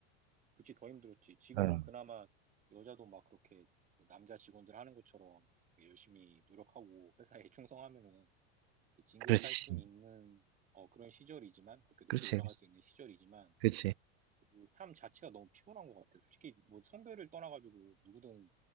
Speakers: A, on the right; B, on the right.
A: 그치 더 힘들었지. 지금은
B: 응,
A: 그나마 여자도 막 그렇게 그 남자 직원들 하는 것처럼 그 열심히 노력하고 회사에 <laughs> 충성하면은 진급할
B: 그렇지.
A: 수 있는 어, 그런 시절이지만 그렇게 높게
B: 그렇지.
A: 올라갈 수 있는 시절이지만
B: 그렇지.
A: 그 삶 자체가 너무 피곤한 것 같아. 솔직히 뭐 성별을 떠나가지고 누구든